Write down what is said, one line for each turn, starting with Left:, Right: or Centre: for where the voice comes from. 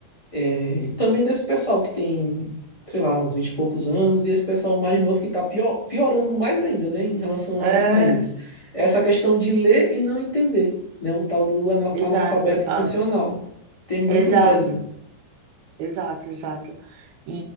Left: é também desse pessoal que tem, sei lá, uns 20 e poucos anos, e esse pessoal mais novo que tá pior, piorando mais ainda, né, em relação
Right: É,
Left: a, a eles. É essa questão de ler e não entender, né, o tal do ana-
Right: exato,
Left: analfabeto
Right: ah,
Left: funcional. Tem muito
Right: exato.
Left: no Brasil.
Right: Exato, exato. E,